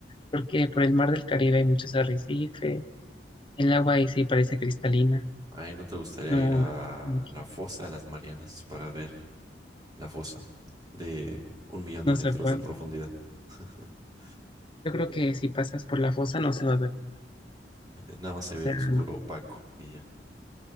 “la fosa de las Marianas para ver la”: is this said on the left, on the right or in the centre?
Right